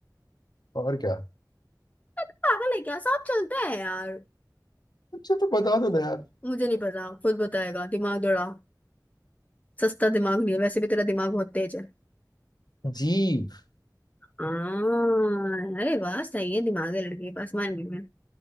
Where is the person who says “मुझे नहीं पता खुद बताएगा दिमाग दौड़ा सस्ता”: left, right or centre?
Left